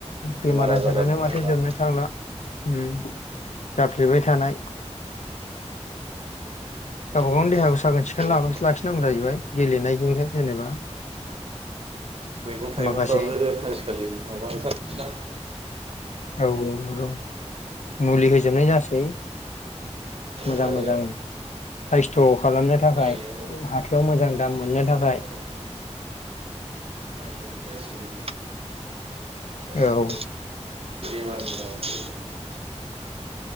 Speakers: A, on the left; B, on the right.
A: बेमार
B: आजारा
A: आजारानो
B: बुंनांला
A: माथो जोबनो थांला उम जाफ्लेबाय थानाय गावबा
B: मैगं
A: गावनि देहाखौ साखोन सिखोन लाखिनांगौ जाहैबाय गेलेनायजोंनो जेनेबा।
B: मैगं थाइगंफ्राबो
A: माखासे
B: आजिखालि माबा ओंखारसा
A: औ औ नंगौ मुलि होजोबनाय जासै मोजां
B: जाजाया
A: मोजां साइस्थ' खालामनो थाखाय
B: नायनायाव
A: हाथायाव मोजां दाम
B: नायनायावल'
A: मोननो थाखाय।
B: नायनायावल' नायनायावल'सो इसेबां गासिबो
A: औ
B: <unintelligible>